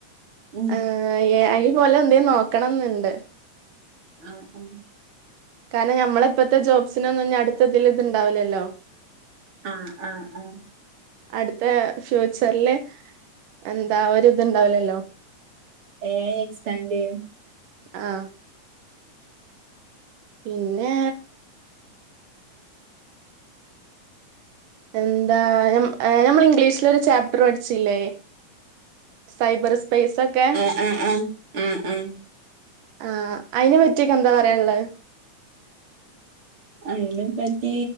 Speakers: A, on the right; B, on the right.
A: ഉം
B: എഹ് എ ഐ പോലെ എന്തേ നോക്കണന്നിണ്ട്
A: അഹ് ആഹ്
B: കാരണം ഞമ്മള ഇപ്പഴത്തെ ജോബ്സിനൊന്നും ഇനി അടുത്തതില് ഇതിണ്ടാവില്ലല്ലോ
A: ആഹ് ആഹ് ആഹ്
B: അടുത്ത ഫ്യൂച്ചറില് എന്താ ഒരിത്ണ്ടാവൂലല്ലോ
A: എ ഐ എക്സ്പ്പാന്റെയ്യും
B: ആഹ് പിന്നെ എന്താ ഞമ്മള് ഇംഗ്ലീഷിലൊരു ചാപ്റ്റർ പഠിച്ചില്ലേ? സൈബർ സ്പേസൊക്കെ?
A: ആഹ് ആഹ് ഉം ഉം
B: ആഹ് അയിനെ പറ്റിയൊക്കെന്താ പറയാള്ളത്?
A: അയിനെ പറ്റി